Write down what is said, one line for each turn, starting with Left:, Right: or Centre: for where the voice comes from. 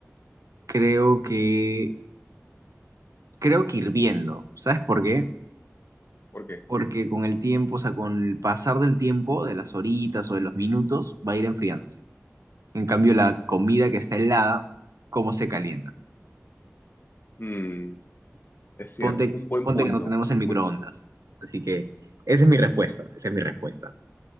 Right: creo que, creo que hirviendo, ¿sabes por qué?
Left: ¿Por qué?
Right: porque con el tiempo, o sea, con el pasar del tiempo, de las horitas o de los minutos, va a ir enfriándose. En cambio, la comida que está helada, ¿cómo se calienta?
Left: Mm, es cierto,
Right: Ponte,
Left: es un buen
Right: ponte
Left: punto.
Right: que no tenemos
Left: Es
Right: el microondas.
Left: un buen punto.
Right: Así que esa es mi respuesta, esa es mi respuesta.